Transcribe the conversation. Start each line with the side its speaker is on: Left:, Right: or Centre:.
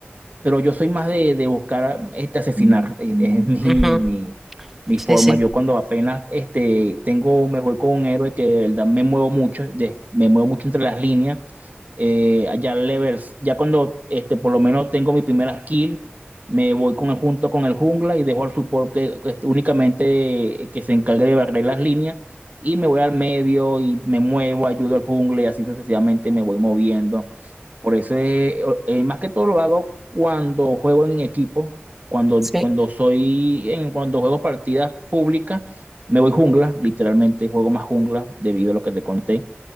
Right: Pero yo soy más de, de buscar este, asesinar. Es, es mi,
Centre: Ujú,
Right: mi, mi
Centre: Sí,
Right: forma.
Centre: sí.
Right: Yo cuando apenas este, tengo, me voy con un héroe que de verdad me muevo mucho, de- me muevo mucho entre las líneas. eh, allá levels, ya cuando este, por lo menos tengo mi primera kill, me voy con el, junto con el jungla y dejo al support que, que este, únicamente eh, que se encargue de barrer las líneas. Y me voy al medio y me muevo, ayudo al jungla y así sucesivamente me voy moviendo. Por eso es, o- eh, más que todo lo hago cuando juego en equipo, cuando,
Centre: Sí,
Right: cuando soy en, cuando juego partidas públicas, me voy jungla, literalmente juego más jungla debido a lo que te conté.